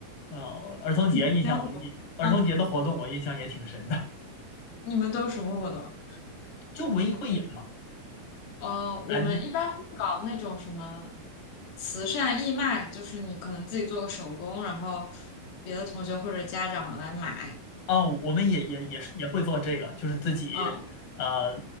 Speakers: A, on the left; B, on the left.
A: 呃，儿童节印象我印，
B: 你们都怎么？
A: 儿童节的活动我印象也挺深的，
B: 嗯，你们都是什么活动？
A: 就文艺汇演嘛。
B: 呃，我们一般会搞那种什么
A: 啊，
B: 慈善义卖，就是你可能自己做个手工，然后别的同学或者家长来买。
A: 哦，我们也也也是也会做这个，就是自己呃
B: 嗯。